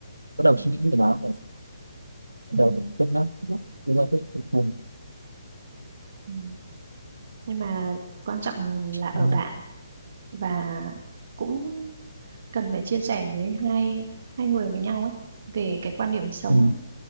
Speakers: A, on the right; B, on the right.
A: bắt đầu
B: ừm,
A: suy nghĩ về nó bắt
B: ừm,
A: đầu cân nhắc đưa ra quyết định cuối cùng
B: ừm. nhưng mà quan trọng là ở
A: ừ
B: bạn và cũng cần phải chia sẻ với hai hai người với nhau ấy về cái quan điểm sống
A: ừ